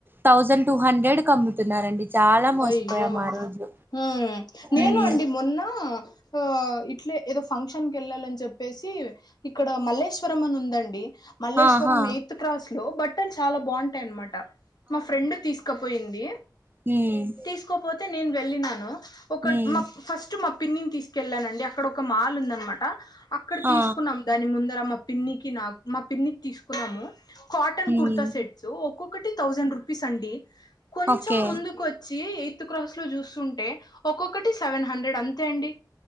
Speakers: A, on the right; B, on the left.
A: థౌజండ్ టూ హండ్రెడ్కు అమ్ముతున్నారండి చాలా మోసపోయాం
B: అయ్యో
A: ఆ రోజు
B: ఉమ్మ్ నేను
A: ఉమ్
B: అండి మొన్న ఆ ఇట్లే ఏదో ఫంక్షన్కి వెళ్ళాలని చెప్పేసి ఇక్కడ మల్లేశ్వరం అని ఉందండి మల్లేశ్వరం
A: ఆహా
B: ఎయిత్ క్రాస్ లో బట్టలు చాలా బాగుంటాయి అనమాట మా ఫ్రెండ్ తీసుకపోయింది
A: ఉమ్మ్
B: తీసుకోపోతే నేను వెళ్ళినను ఒక
A: ఉమ్
B: మ ఫస్ట్ మ పిన్నిని తీసుకెళ్ళానండి అక్కడ ఒక మాల్ ఉంది అనమాట అక్కడ తీసుకుంనం
A: ఆ
B: దాని ముందర మా పిన్నికి నాకు మా పిన్నికి తీసుకున్నాము కాటన్
A: ఉమ్
B: కుర్తా సెట్ సో ఒక్కొక్కటి థౌసండ్ రూపీస్ అండి కొంచెం
A: ఓకే
B: ముందుకు వచ్చ ఎయిత్ క్రాస్ లో చూస్తుంటే ఒక్కొక్కటి సెవెన్ హండ్రెడ్ అంతే అండి